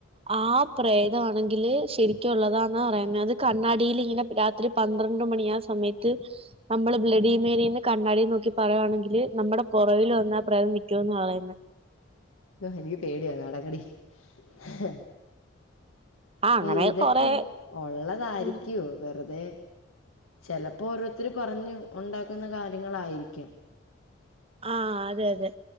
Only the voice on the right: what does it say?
ആ പ്രേതവാണെങ്കില് ശരിക്കു ഒള്ളതാന്ന പറയുന്നെ അത് കണ്ണാടീൽ ഇങ്ങനെ രാത്രി പന്ത്രണ്ട് മണി ആ സമയത്ത് നമ്മൾ ബ്ലഡിമേരീന്ന് കണ്ണാടി നോക്കി പറയുവാണെങ്കില് നമ്മടെ പൊറവില് വന്നാ പ്രേതം നിക്കുവന്ന പറയുന്നെ
ആഹ് അങ്ങനെ
കൊറെ
ഉം
ആഹ് അതെ അതെ